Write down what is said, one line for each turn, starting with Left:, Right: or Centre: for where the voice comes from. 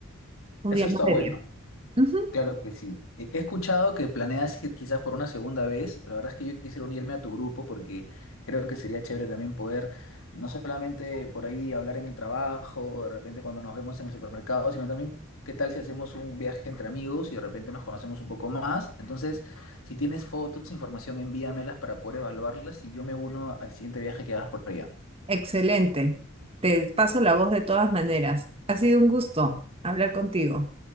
Right: un
Left: Eso
Right: día
Left: está
Right: más de
Left: bueno.
Right: viaje. Ujú,
Left: Claro que sí. He he escuchado que planeas ir quizás por una segunda vez. La verdad es que yo quisiera unirme a tu grupo porque creo que sería chévere también poder no solamente por ahí hablar en el trabajo o de repente cuando nos vemos en el supermercado, sino también qué tal si hacemos un viaje entre amigos y de repente nos conocemos un poco más. Entonces, si tienes fotos, información, envíamelas para poder evaluarlas y yo me uno al siguiente viaje que hagas por allá.
Right: Excelente. Te paso la voz de todas maneras. Ha sido un gusto hablar contigo.